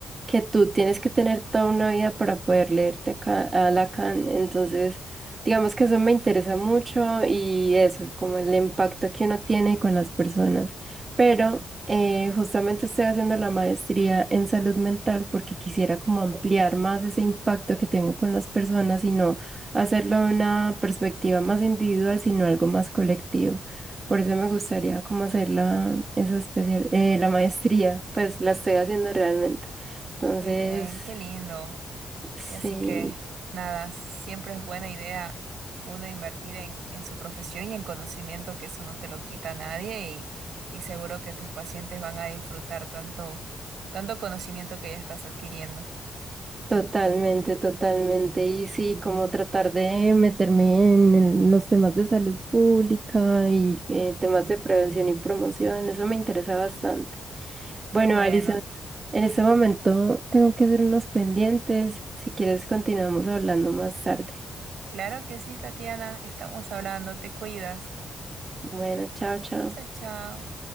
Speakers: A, on the right; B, on the right.
A: que tú tienes que tener toda una vida para poder leerte a Ca- a Lacan. Entonces, digamos que eso me interesa mucho y eso, como el impacto que uno tiene con las personas. Pero eh, justamente estoy haciendo la maestría en salud mental porque quisiera como ampliar más ese impacto que tengo con las personas y no hacerlo de una perspectiva más individual, sino algo más colectivo. Por eso me gustaría como hacer la, esa especial, eh, la maestría, pues la estoy haciendo realmente. Entonces,
B: Qué bien, qué lindo.
A: sí,
B: Que así que nada, siempre es buena idea uno invertir en, en su profesión y en conocimiento, que eso no te lo quita nadie y, y seguro que tus pacientes van a disfrutar tanto, tanto conocimiento que ya estás adquiriendo.
A: totalmente, totalmente. Y sí, como tratar de meterme en, en los temas de salud pública y eh, temas de prevención y promoción, eso me interesa bastante. Bueno,
B: Qué bueno.
A: Alison, en este momento tengo que hacer unos pendientes. Si quieres, continuamos hablando más tarde.
B: Claro que sí, Tatiana, estamos hablando, te cuidas.
A: Bueno, chao, chao.
B: Chao, chao.